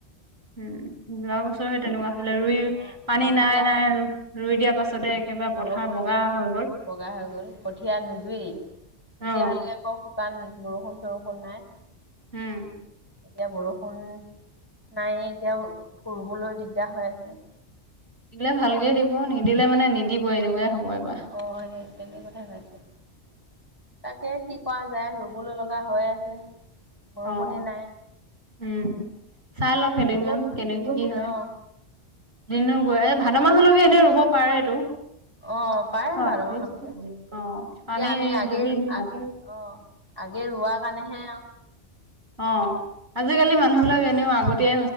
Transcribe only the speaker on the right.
হম, যোৱা বছ <unintelligible> তেনেকুৱা হৈছিলে ৰুই
পানী
নাই
নাই ৰুই দিয়া পাছতে একেবাৰে
পথাৰ বগা হৈ গ'ল।
অ
উম।
দিলে ভালকে দিব নিদিলে মানে নিদিব এনেকুৱাই হ'ব এবাৰ।
অ'
উম, চাই লওঁ কেইদিনমান
কেনেক কি হয়।
দিনো গৈ এ, ভাদ মাহলৈকে এনেই ৰুব পাৰেতো।
<unintelligible>
অ' পানী
যদি <inaudible> শেষতীয়াকে
অ' আজিকালি মানুহ বিলাক এনেও আগতিয়াই